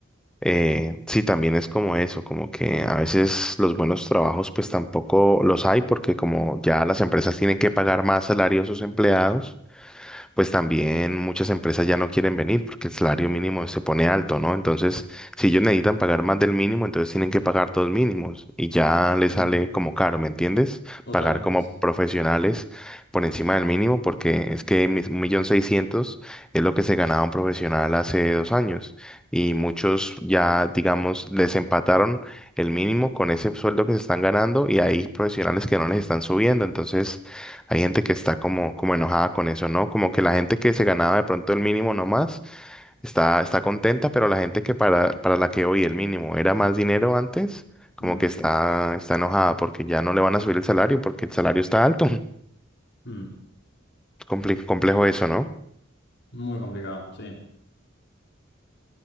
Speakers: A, in the centre; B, on the left.
A: Eh, sí, también es como eso, como que a veces los buenos trabajos pues tampoco los hay porque como ya las empresas tienen que pagar más salario a sus empleados pues también muchas empresas ya no quieren venir porque el salario mínimo se pone alto, ¿no? Entonces, si ellos necesitan pagar más del mínimo, entonces tienen que pagar todos mínimos y ya
B: Ujú.
A: les sale como caro, ¿me entiendes?
B: totalmente,
A: Pagar como
B: sí.
A: profesionales por encima del mínimo porque es que mis- un millón seiscientos es lo que se ganaba un profesional hace dos años y muchos ya, digamos, les empataron el mínimo con ese sueldo que se están ganando y hay profesionales que no les están subiendo, entonces hay gente que está como, como enojada con eso, ¿no? Como que la gente que se ganaba de pronto el mínimo nomás está, está contenta, pero la gente que para, para la que hoy el mínimo era más dinero antes, como
B: Mm,
A: que está, está enojada porque ya no le van a subir el salario porque el salario está alto. <laughs>
B: mm.
A: Comple- complejo eso, ¿no?
B: Muy complicado, sí.